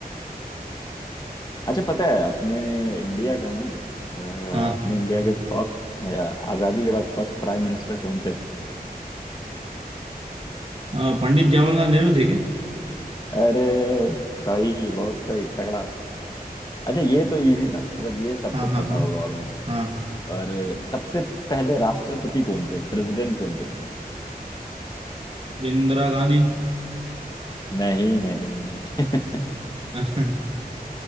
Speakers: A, on the left (about 25°); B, on the right (about 35°).
A: अच्छा पता है अपने इंडिया का ना अ,
B: हाँ
A: अपने इंडिया के फर्स्ट आजादी के बाद फर्स्ट प्राइम मिनिस्टर कौन थे
B: अ, पंडित जवाहरलाल नेहरू थे क्या
A: अरे सही बहुत सही तगड़ा अच्छा ये तो इजी था मतलब ये सबको
B: हाँ हाँ
A: पता
B: हाँ
A: होगा ऑलमोस्ट
B: हाँ
A: और सबसे पहले राष्ट्रपति कौन थे प्रेसिडेंट कौन थे
B: इंदिरा गांधी
A: नहीं नहीं नहीं
B: <laughs>